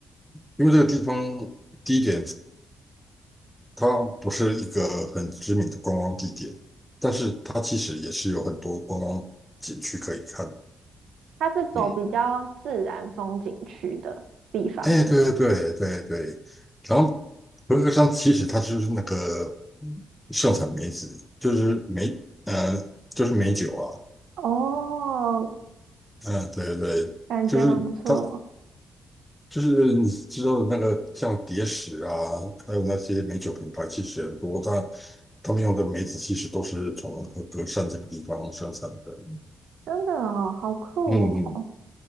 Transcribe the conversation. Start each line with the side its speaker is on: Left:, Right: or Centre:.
Centre: 因为这个地方第一点，它不是一个很知名的观光地点，但是它其实也是有很多观光景区可以看。
Right: 它是走比较自然风景区的地方是吗
Centre: 嗯哎，对对对对对，然后合格山其实它就是那个盛产梅子，就是梅，呃，就是梅酒啊，
Right: 哦，
Centre: 嗯，对对，
Right: 感觉很不错，
Centre: 就是它，就是你知道的那个像蝶石啊，还有那些美酒品牌，其实很多，它他们用的梅子其实都是从合格山这个地方生产的，
Right: 真的哦，好酷哦！
Centre: 嗯嗯，